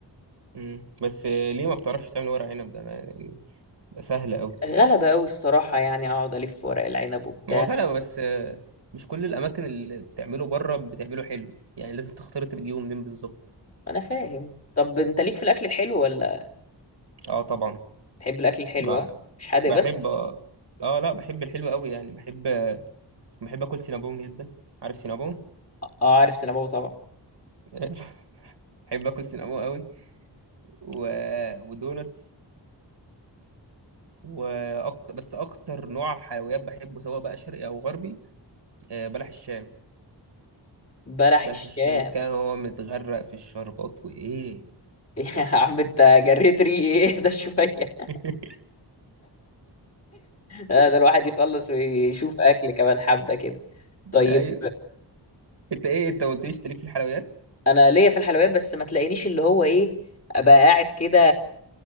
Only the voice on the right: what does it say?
مم. بس آه، ليه ما بتعرفش تعمل ورق عنب ده أنا يعني ده سهل أوي
هو غلبة بس آه، مش كل الأماكن اللي بتعمله بره بتعمله حلو يعني لازم تختار أنت بتجيبه منين بالظبط
أه طبعا
ب-
بحب
أه آه، لا بحب الحلو أوي يعني بحب بحب آكل سينابون جدا عارف سينابون
<laughs> بحب آكل سينابون أوي و... ودوناتس وأكتر بس أكتر نوع حلويات بحبه سواء بقى شرقي أو غربي آه، بلح الشام
بلح
الشام كان هو متغرق في الشربات وايه
<laughs>
ايوه انت ايه انت ما قلتليش تليك في الحلويات